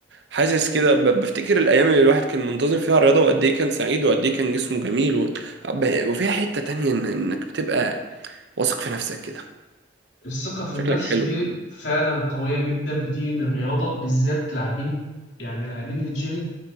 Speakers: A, on the right; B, on the left.
A: حاسس كده ب- بفتكر الايام اللي الواحد كان منتظم فيها الرياضه وقد ايه كان سعيد وقد ايه كان جسمه جميل و... ب- وفيها حته تانية إن- انك بتبقى واثق في نفسك كده
B: الثقة في
A: شكلك
B: النفس
A: حلو
B: دي فعلا قوية جدا بتيجي من الرياضة بالذات لاعبين يعني لاعبين الجيم